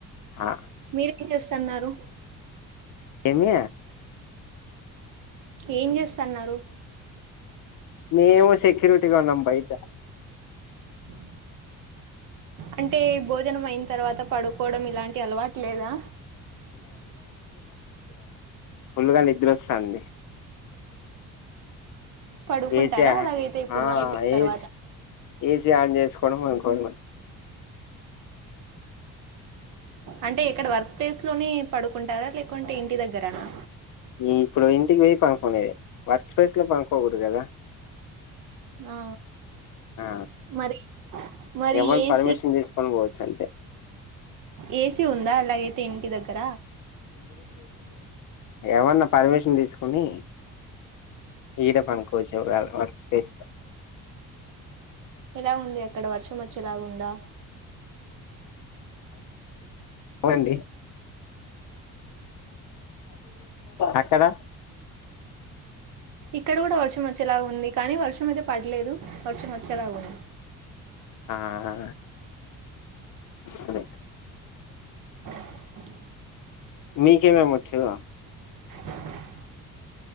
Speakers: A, on the left (about 65°); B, on the right (about 70°).
A: ఆ
B: మీరేం చేస్తన్నారు
A: ఏమి
B: ఏం చేస్తన్నారు
A: మే మేమో సెక్యూరిటీ గా ఉన్నాం బయట
B: హ అంటే భోజనం అయిన తర్వాత పడుకోవడం ఇలాంటి అలవాటు లేదా
A: ఫుల్లుగా నిద్ర వస్తాంది
B: పడుకుంటారా
A: ఏసి
B: అలాగైతే ఇప్పుడు
A: ఆ
B: అయిపోయిన తర్వాత
A: ఏసి ఏసీ ఆన్ చేసుకోవడం పడుకోవ డమే
B: అంటే ఎక్కడ వర్క్ ప్లేస్ లోనే పడుకుంటారా లేకుంటే ఇంటి దగ్గరనా
A: ఉం ఇప్పుడు ఇంటికి పోయి పనుకునేది వర్క్ స్పేస్ పండుకోకుడదు కదా
B: ఆ
A: ఆ
B: మరి మరి
A: ఏమన్నా
B: ఏసి
A: పర్మిషన్ తీసుకొని పోవచ్చు అంతే
B: ఏసి ఉందా లైట్ ఇంటి దగ్గర
A: ఎవన్నా పర్మిషన్ తీసుకుని ఈడ పండు కోవచ్చు వర్క్ స్పేస్ లా
B: ఎలా ఉంది అక్కడ వర్షం వచ్చే లాగుందా
A: అవునండీ అక్కడ
B: ఇక్కడ కూడా వర్షం వచ్చేలాగా ఉంది కానీ వర్షం అయితే పడలేదు వర్షం వచ్చేలాగా ఉంది
A: ఆ ఆ సరే
B: <inaudible>
A: మీకు ఏమేమి వచ్చు
B: <inaudible>